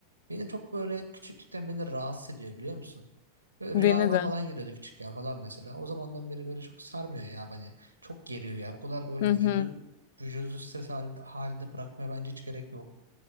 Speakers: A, on the right; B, on the left.
A: beni çok böyle küçüklükten beni rahatsız ediyor biliyor musun? Böyle
B: Beni
A: rüyalarıma
B: de.
A: falan giriyordu küçükken falan mesela. O zamandan beri böyle çok sarmıyor ya beni. Çok geriyor ya. O kadar böyle
B: Hı hı.
A: vücudu vücudu stres halinde, halinde bırakmaya bence hiç gerek yok.